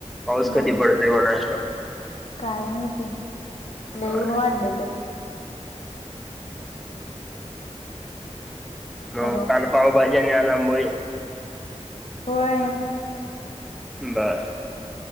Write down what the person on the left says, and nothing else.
नाही
काय माहिती लइ
ऊन वाढले तरी.
हॅलो
होय.